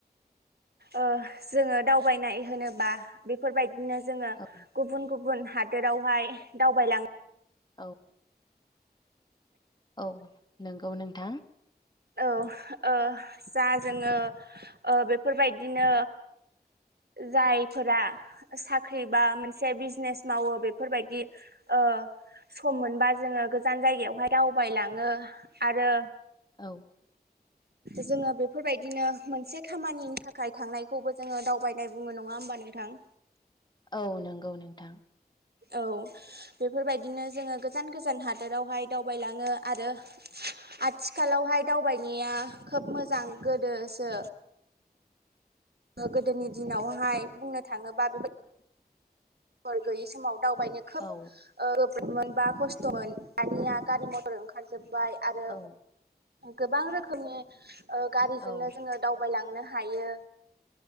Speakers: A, on the right (about 75°); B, on the left (about 25°).
A: ओ जोङो दावबायनाय होनोबा बेफोरबायदि बिदिनो जोङो
B: औ
A: गुबुन गुबुन हादोरावहाय दावबायलाङो
B: औ औ नोंगौ नोंथां
A: औ ओ जा जोङो ओ बेफोरबायदिनो जायफोरा साख्रि बा मोनसे बिजनेस मावो बेफोरबायदि ओम सम मोनबा जोङो गोजान जायगायावहाय दावबायलाङो आरो
B: औ
A: जोङो बेफोरबायदिनो मोनसे खामानिनि थाखाय थांनायखौबो जोङो दावबायनाय बुङो नङा होमबा नोंथां
B: औ नंगौ नोंथां
A: औ बेफोरबायदिनो जोङो गोजान गोजान हादोरावहाय दावबायलाङो आरो आथिखालावहाय दावबायनाया खोब मोजां गोदोसो गोदोनि दिनावहाय बुंनो थाङोबा बेबा फोर गैयि समाव दावबायनो खोब
B: औ
A: ओ मोनबा खस्थ'मोन दानिया गारि मथर ओंखारजोबबाय आरो
B: औ
A: गोबां रोखोमनि ओ गारिजोंनो
B: औ
A: जोङो दावबायलांनो हायो